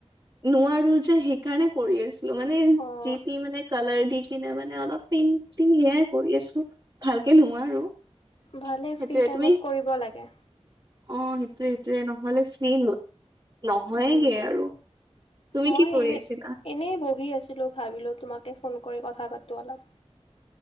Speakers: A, on the right; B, on the left.
A: নোৱাৰো যে সেইকাৰণে কৰি আছিলোঁ মানে
B: অ'
A: যি টি মানে কালাৰ দি কিনে মানে অলপ পেইণ্টিং সেয়াই কৰি আছোঁ। ভালকে নোৱাৰোঁ
B: ভালে
A: সেইটোয়ে।
B: ফ্ৰী টাইমত
A: তুমি?
B: কৰিব লাগে।
A: অ' সেইটোয়ে সেইটোয়ে, নহ'লে ফেই নহয়গে
B: উম।
A: আৰু। তুমি
B: মই
A: কি কৰি
B: এনে,
A: আছিলা
B: এনে বহি আছিলোঁ, ভাবিলোঁ তোমাকে ফোন কৰি কথা পাতো অলপ।